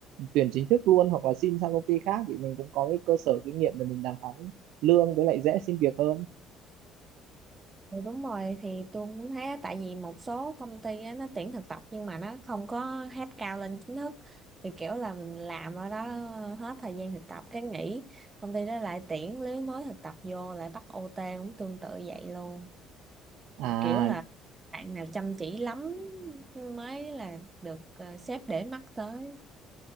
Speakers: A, on the right (about 65°); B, on the right (about 25°).
A: tuyển chính thức luôn hoặc là xin sang công ty khác thì mình cũng có cái cơ sở kinh nghiệm để mình đàm phán lương với lại dễ xin việc hơn
B: Ừ, đúng rồi thì tôi cũng thấy á, tại vì một số công ty á, nó tuyển thực tập nhưng mà nó không có hết cao lên chính thức thì kiểu là mình làm ở đó hết thời gian thực tập cái nghỉ công ty đó lại tuyển lứa mới thực tập vô lại bắt OT cũng tương tự vậy luôn
A: à
B: kiểu là bạn nào chăm chỉ lắm mới là được ờ, sếp để mắt tới